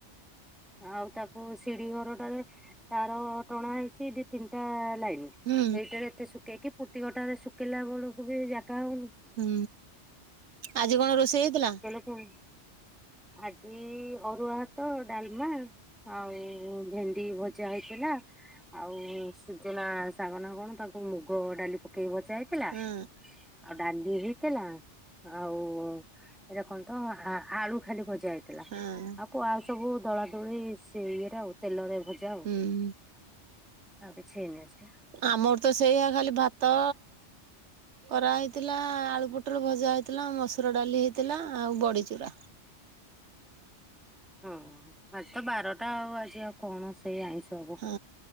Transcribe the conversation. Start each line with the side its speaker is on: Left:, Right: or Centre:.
Centre: ଆଉ ତାକୁ ସିଢି ଘରଟାରେ ତାର ଟଣା ହେଇଛି ଦି ତିନ୍ଟା ଲାଇନ୍।
Right: ହୁଁ
Centre: ଏଇଟାରେ ଏତେ ଶୁକେଇକି ପୁଟିକ ଟାରେ ଶୁକେଇଲା ବେଳକୁ ବି ଜାଗା ହଉନି।
Right: ହୁଁ ଆଜି କଣ ରୋଷେଇ ହେଇଥିଲା।
Centre: ହୁଁ ଆଜି ଅରୁଆ ହାତ ଡାଲ୍ମା ଆଉ ଭେଣ୍ଡି ଭଜା ହେଇଥିଲା। ଆଉ ସୁଜନା ଶାଗ ନା କଣ ତାକୁ ମୁଗ ଡାଲି ପକେଇକି ଭଜା ହେଇ ଥିଲା।
Right: ହଁ
Centre: ଆଉ ଡାଲି ହେଇଥିଲା ଆଉ ଏରା କନ୍ତ ଆ ଆଳୁ ଖାଲି ଭଜା ହେଇଥିଲା।
Right: ହଁ
Centre: ଥିଲା ଆଉ କ ଆଉ ସବୁ ଦୋଳା ଦୋଳି ସେ ଇଏରେ ଆଉ ତେଲରେ ଭଜା ଆଉ।
Right: ହୁଁ
Centre: ଆ କିଛି ହେଇନି କିଛି।
Right: ଆମର୍ତ ସେୟା ଖାଲି ଭାତ କରା ହେଇଥିଲା ଆଳୁ ପୁଟଳ ଭଜା ହେଇଇଥିଲା ମସୁର ଡାଲି ହେଇଥିଲା ଆଉ ବଡ଼ିଚୁରା।
Centre: ହଁ ଆ ତ ବାରଟା ଆଉ ଆଜି ଆଉ କଣ ସେଇ ଆଇଁଷ ହବ।
Right: ହଁ